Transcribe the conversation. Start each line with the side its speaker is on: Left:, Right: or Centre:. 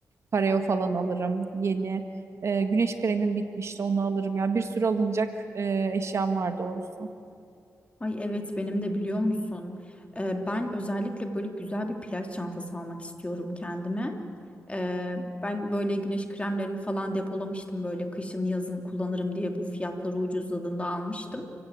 Right: pareo falan alırım yeni. E, güneş kremim bitmişti onu alırım. Ya bir sürü alınacak e, eşyam var doğrusu.
Left: Ay evet benim de biliyor musun? Ee, ben özellikle böyle güzel bir plaj çantası almak istiyorum kendime. Ee, ben böyle güneş kremlerimi falan depolamıştım böyle kışın yazın kullanırım diye bu fiyatları ucuzladığında almıştım.